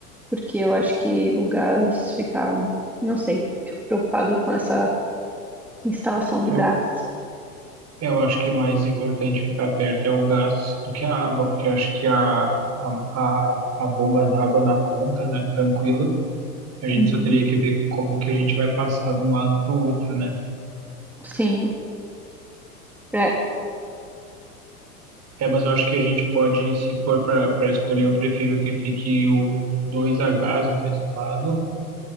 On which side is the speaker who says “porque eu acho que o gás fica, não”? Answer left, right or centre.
Centre